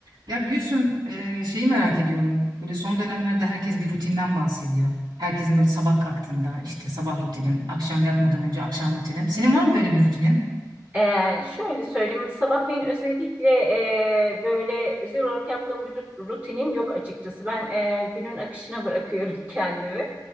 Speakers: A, on the right; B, on the right.
A: Ya Gülsüm e, şeyi merak ediyorum. Böyle son dönemlerde herkes bir rutinden bahsediyor. Herkesin böyle sabah kalktığında işte sabah rutinim, akşam yatmadan önce akşam rutinim. Senin var mı böyle bir rutinin?
B: Ee, şöyle söyleyeyim, hani, sabahleyin özellikle e, böyle özel olarak yaptığım bir rut- rutinim yok açıkçası. Ben e, günün akışına bırakıyorum <laughs> kendimi.